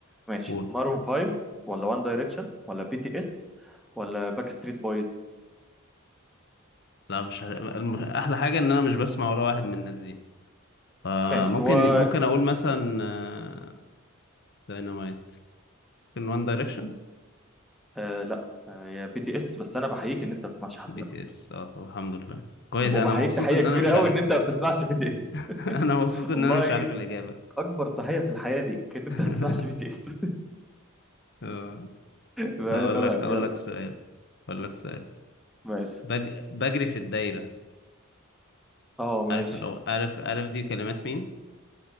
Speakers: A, in the centre; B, on the left (about 55°).
A: ماشي
B: قول
A: مارون 5 ولا وان دايركشن ولا بي تي اس ولا باك ستريت بويز
B: لا مش عارف. الم- احلى حاجة ان انا مش بسمع ولا واحد من الناس دي فممكن
A: ماشي هو
B: ممكن اقول مثلا آه، داينامايت ممكن وان دايركشن
A: آه لا آه، هي بي تي اس بس انا بحييك ان انت ما بتسمعش حد
B: بي
A: منهم
B: تي اس اه طب الحمد لله كويس
A: وبحييك
B: انا مبسوط
A: تحيه
B: ان
A: كبيره
B: انا مش
A: قوي
B: عارفها
A: ان انت ما بتسمعش بي تي اس
B: <laughs>
A: <laughs>
B: انا مبسوط ان
A: والله
B: انا مش عارف الاجابة
A: اكبر تحيه في الحياه ليك ان انت
B: <laughs>
A: ما بتسمعش بي تي اس
B: آه،
A: لا،
B: طب اقول
A: تمام
B: لك اقول
A: يلا
B: لك سؤال اقول لك سؤال
A: ماشي
B: بج... بجري في الدايرة
A: اه ماشي
B: عارف الأو... عارف عارف دي كلمات مين؟